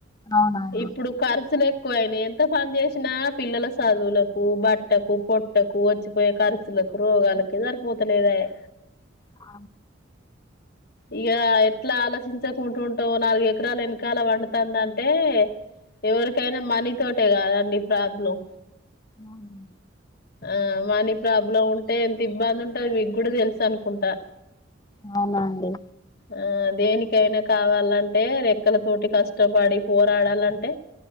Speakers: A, on the left; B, on the left.
A: అవునవును
B: ఇప్పుడు ఖర్చులే ఎక్కువైనాయ్ ఎంత పని చేసినా పిల్లల చదువులకు బట్టకు పొట్టకు వచ్చిపోయే ఖర్చుల కు రోగాలకే సరిపోతాలేదాయె
A: అ
B: ఇగ ఎట్లా ఆలోచించకుంటుంటావ్ నాలుగు ఎకరలు వెనకాల పండు తందంటే ఎవరికైనా మనీ తోటే కాదండి ప్రాబ్లం
A: అవును
B: ఆ మనీ ప్రాబ్లం ఉంటే ఎంత ఇబ్బంది ఉంటది మీకు కూడా తెలుసనుకుంటా
A: అవునండి
B: ఆ దేనికైనా కావాలంటే రెక్కలతోటి కష్టపడి పోరాడాలంటే